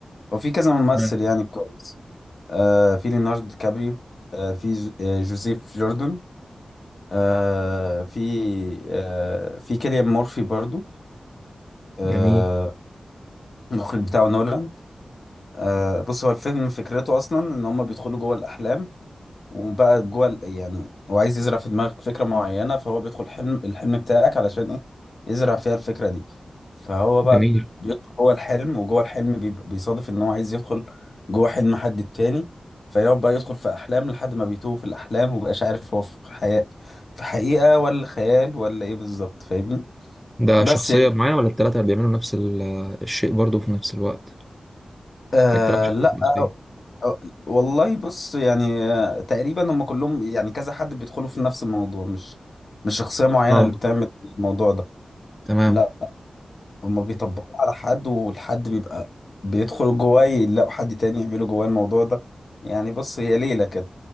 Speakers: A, on the left; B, in the centre.
A: هو في كذا ممثل
B: تمام
A: يعني كويس آه في ليوناردو دي كابريو آه في ج- آه، جوزيف جوردن آه في آه في كيليان مورفي برضو آه
B: جميل
A: المخرج بتاعه نولان آه بص هو الفيلم فكرته اصلا ان هم بيدخلوا جوه الاحلام وبقى جوه ال- يعني هو عايز يزرع في دماغك فكرة معينة فهو بيدخل حلم الحلم بتاعك علشان ايه يزرع فيها الفكرة دي فهو بقى
B: جميل
A: بيدخل جوه الحلم وجوه الحلم بي- بيصادف ان هو عايز يدخل جوه حلم حد تاني فيقعد بقى يدخل في احلام لحد ما بيتوه في الاحلام ومبقاش عارف هو في حياة في حقيقة ولا خيال ولا ايه بالظبط فاهمني
B: ده
A: بس
B: شخصية
A: يعني
B: معينة ولا التلاتة بيعملوا نفس ال- الشيء برضه في نفس الوقت
A: آه
B: التلات شخصيات
A: لا
B: المصرية
A: أه، والله بص يعني آه، تقريبا هم كلهم يعني كذا حد بيدخلوا في نفس الموضوع مش مش شخصية معينة
B: اه
A: اللي بتعمل الموضوع ده
B: تمام
A: لا هم بيطبقوه على حد والحد بيبقى بيدخل جواه يلاقوا حد تاني يعمله جواه الموضوع ده يعني بص هي ليلة كده